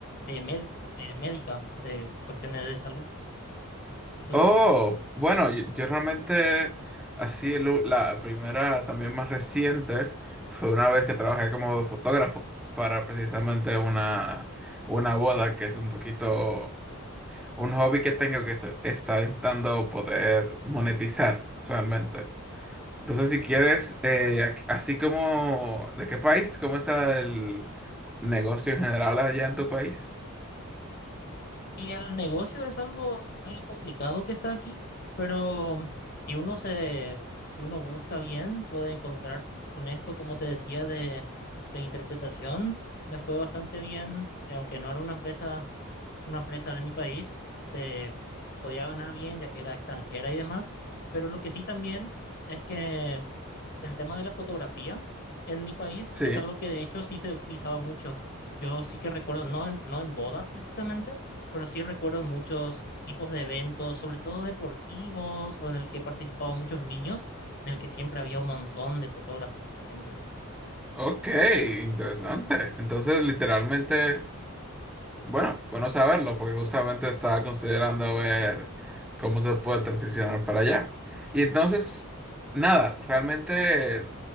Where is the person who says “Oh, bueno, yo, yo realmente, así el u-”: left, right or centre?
Centre